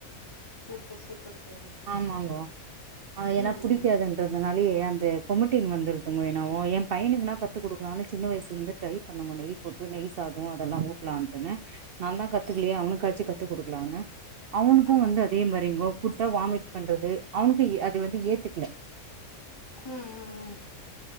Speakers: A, on the left; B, on the right.
A: சுப்பர் சுப்பர் தோழி
B: ஆமாங்கோ அ ஏனா
A: ம்
B: புடிக்காதுன்
A: ம்
B: றதுதனாலே அந்த கொமட்டினு வந்துருங்கோ நா ஒ எ பையனுக்குனா கத்து குடுக்கலான்னு சின்ன வயசுலேருந்தே ட்ரை பண்னோங்க நெய் போட்டு நெய் சாதோ அதெல்லா ஊட்டலான்ட்டுனு நா தா கத்துக்கலையா அவுனுக்காச்சு கத்து குடுக்கலானு அவுனுக்கு
A: ம்
B: வந்து அதே மாரிங்கோ த்தா வாமிட் பண்றது அவுனுக்கு அது வந்து ஏத்துக்கல
A: ம் ம் ம்